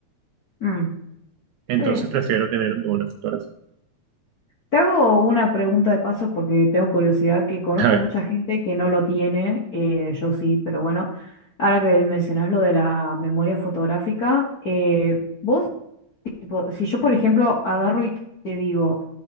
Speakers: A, on the left; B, on the right.
A: Mm,
B: Entonces
A: sí.
B: prefiero tener memoria fotográfica.
A: Te hago una pregunta de paso porque tengo curiosidad, que conozco
B: A ver,
A: mucha gente que no lo tiene, eh, yo sí, pero bueno, ahora que mencionas lo de la memoria fotográfica, eh, vos, tipo, si yo por ejemplo agarro y te digo,